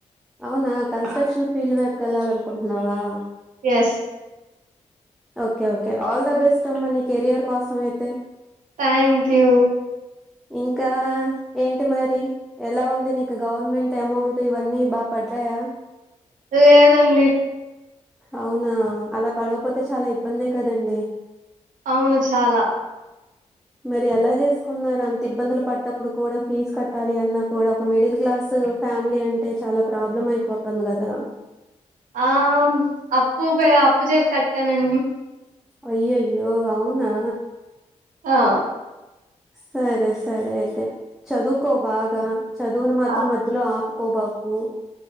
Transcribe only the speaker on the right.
ఎస్
థ్యాంక్ యూ
లేదండి
అవును చాలా
ఆ అప్పు అప్పు చేసి కట్టానండి
ఆ
ఆ!